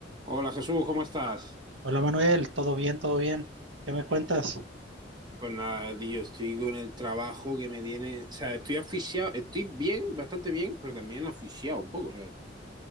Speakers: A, on the right (about 25°); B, on the right (about 80°).
A: Hola Jesús, ¿cómo estás?
B: Hola Manuel, ¿todo bien? ¿Todo bien? ¿Qué me cuentas?
A: Pues nada, tío, estoy con el trabajo que me tiene. O sea, estoy asfixiado, estoy bien, bastante bien, pero también asfixiado un poco, ¿sabes?